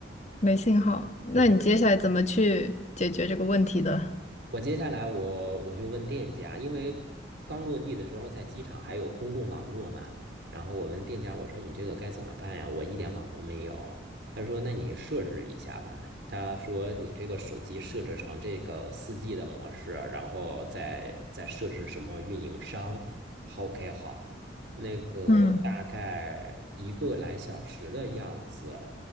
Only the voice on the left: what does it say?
没信号，那你接下来怎么去解决这个问题的？
嗯，